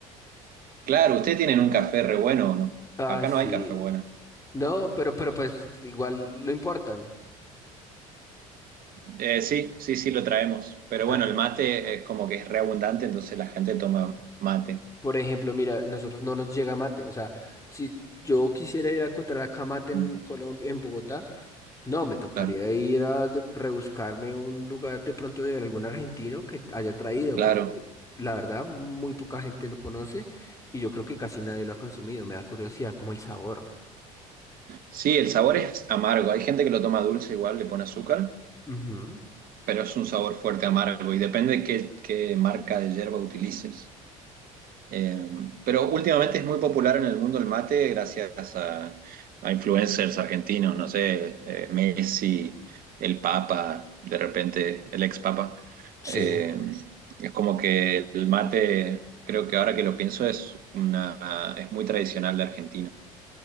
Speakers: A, on the right (about 55°); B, on the left (about 20°).
A: Claro, ¿ustedes tienen un café re bueno o no?
B: Ah,
A: Acá
B: sí.
A: no hay café bueno.
B: No, pero, pero pues igual lo importan.
A: Eh, sí, sí, sí lo traemos. Pero
B: Ah,
A: bueno, el mate es como que es re abundante, entonces la gente toma mate.
B: por ejemplo, mira, nosotros no nos llega mate. O sea, si yo quisiera ir a encontrar acá mate en
A: Mm,
B: Colombia, en Bogotá, No, me tocaría
A: claro,
B: ir a de- rebuscarme un lugar de pronto de algún argentino que haya traído,
A: claro.
B: porque la verdad muy poca gente lo conoce y yo creo que casi nadie lo ha consumido. Me da curiosidad como el sabor.
A: Sí, el sabor es amargo. Hay gente que lo toma dulce igual, le pone azúcar,
B: Ujú,
A: pero es un sabor fuerte amargo y depende qué, qué marca de yerba utilices. Eh, pero últimamente es muy popular en el mundo el mate gracias a, a influencers argentinos, no sé, eh, Messi, el Papa, de repente el ex Papa.
B: Sí.
A: Eh, es como que el mate, creo que ahora que lo pienso, es una, es muy tradicional de Argentina.